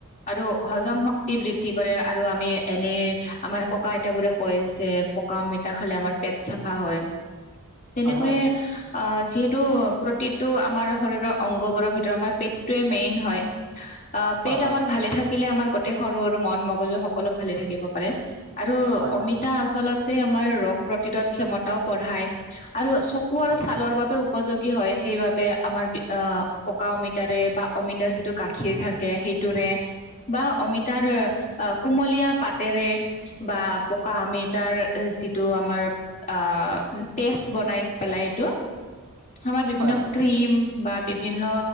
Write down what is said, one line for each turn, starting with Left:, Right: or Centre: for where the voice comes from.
Left: আৰু হজম শক্তি বৃদ্ধি কৰে, আৰু আমি এনেই আমাৰ ককা আইতা বোৰে কৈছে পকা আমিতা খালে আমাৰ পেট চাফা হয়, তেনেকৈয়ে
Right: হয় হয়
Left: অ যিহেতু প্ৰতিটো আমাৰ শৰীৰৰ অংগ বোৰৰ ভিতৰত আমাৰ পেটটোৱে মেইন হয়। অ', পেট
Right: হয় হয়
Left: আমাৰ ভালে থাকিলে আমাৰ গোটেই সৰু-সৰু মন, মগজু সকলো ভালে থাকিব পাৰে। আৰু
Right: হয়
Left: অমিতা
Right: হয়
Left: আচলতে আমাৰ ৰোগ প্ৰতিৰোধ ক্ষমতাও বঢ়ায়, আৰু কু আৰু
Right: হয়
Left: ছালৰ বাবে উ উপযোগী হয়, সেইবাবে আমাৰ অ পকা অমিতাৰে বা অমিতাৰ যিটো গাখীৰ থাক কে সেইটোৰে, বা অমিতাৰ কুমলীয়া পাতেৰে বা পকা অমিতাৰ যিটো আমাৰ অ', পেষ্ট বনাই পেলাই এইটো। আমাৰ বিভিন্ন
Right: হয়
Left: ক্ৰীম বা বিভিন্ন